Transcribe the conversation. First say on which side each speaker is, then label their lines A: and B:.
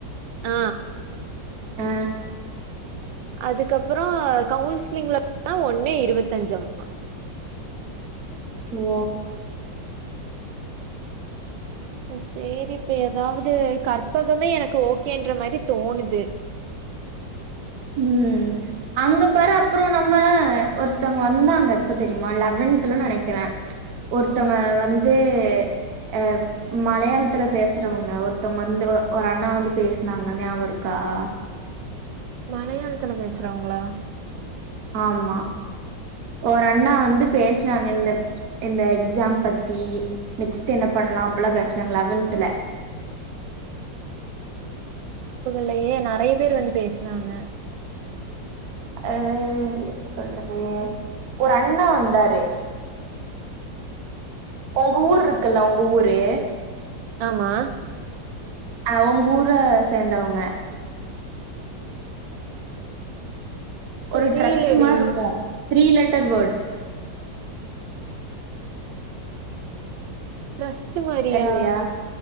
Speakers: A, on the right (about 80°); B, on the right (about 55°).
A: ஆ
B: அ
A: அதுக்கப்றோ கவுன்சிலிங்ல ஒன்னு இருவத்தஞ்சாமா
B: ஓ
A: சேரி இப்ப எதாவது கற்பகமே எனக்கு ஓகேன்ற மாரி தோணுது
B: <inaudible> ம் அங்க பாரு அப்றோ நம்ம ஒருத்தங்க வந்தாங்க எப்ப தெரிமா லெவன் த்ல நெனக்கிற ச் ஒருத்தங்க
A: ம்
B: வந்து அ மலையாளத்ல பேசுறவங்க ஒருத்தங்க வந்து ஒரு அண்ணா வந்து பேஸ்னாங்க ஞாபருக்கா ஆ
A: மலையாளத்ல பேஸ்றாங்ளா
B: ஆமா ஒரு அண்ணா வந்து பேசுனாங்க இந்தப் இந்த எக்ஸாம் பத்தி நெக்ஸ்ட் என்ன பண் பண்ணலா அப்புல்லா பேசினாங்க லெவன்தல
A: ஞாபகல்லயே நெறய பேர் வந்து பேஸ்னாங்க
B: அ அ எப்டி சொல்றது ஒரு அண்ணே வந்தாரு உங்க ஊர்ருக்குல்ல உங்க ஊரு
A: ஆமா
B: அ உங் ஊர சேந்தவங்க ஒரு
A: தெரியலடி
B: ட்ரஸ்ட் மார்ருக்கு த்ரீ லெட்டர் வேட்
A: ட்ரஸ்ட்டு மாரியா
B: தெர்லையா